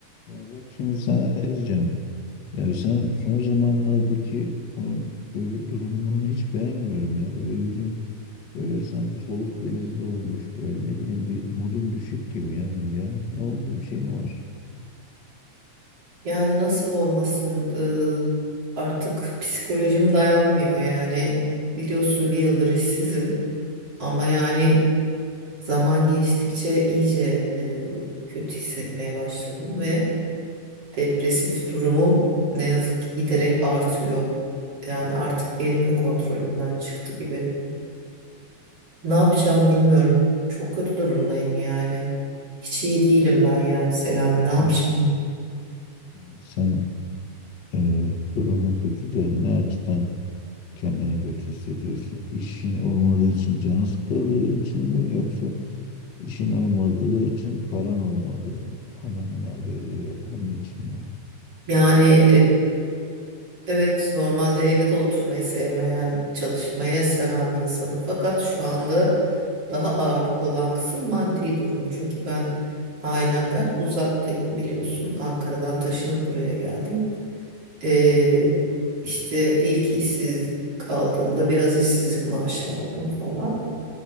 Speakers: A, on the left; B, on the right.
A: Ya bak şimdi sana ne diyeceğim. Yani sen son zamanlardaki o gör- durumunu hiç beğenmiyorum ya. Böyle yüzün böyle sanki soluk benizli olmuş. Böyle ne bileyim bir modun düşük gibi ya Hülya. Ne oldu bir şey mi var?
B: Yani nasıl olmasın? Ee, artık psikolojim dayanmıyor yani. Biliyorsun bir yıldır işsizim ama yani zaman geçtikçe iyice e, kötü hissetmeye başladım ve depresif durumum ne yazık ki giderek artıyor. Yani artık benim de kontrolümden çıktı gibi. Ne yapacağım bilmiyorum. Çok kötü durumdayım yani. Hiç iyi değilim ben yani Selami.
A: Yani
B: Ne
A: sen
B: yapacağım?
A: yani sen e, durumun kötü de ne açıdan kendini kötü hissediyorsun? İşin olmadığı için canı sıkıldığı için mi yoksa işin olmadığı için paran olmadığı anlamına geliyor onun için mi?
B: Yani Evet, normalde evde de oturmayı sevmeyen, çalışmayı seven bir insanım. Fakat şu anda daha ağırlıklı olan kısım maddi durum. Çünkü ben ailemden uzaktayım biliyorsun. Ankara'dan taşınıp buraya geldim. Ee, işte ilk işsiz kaldığımda biraz işsizlik maaşı aldım falan.